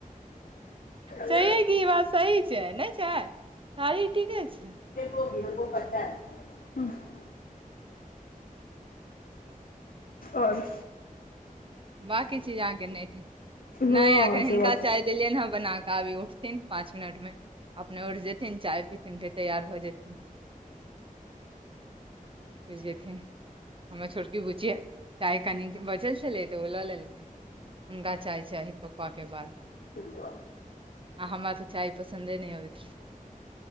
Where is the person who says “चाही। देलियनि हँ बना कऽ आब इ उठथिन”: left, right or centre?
Right